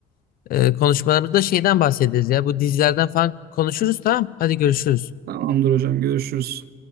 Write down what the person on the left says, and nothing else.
e, konuşmalarımızda şeyden bahsederiz ya. Bu dizilerden falan konuşuruz tamam. Hadi görüşürüz.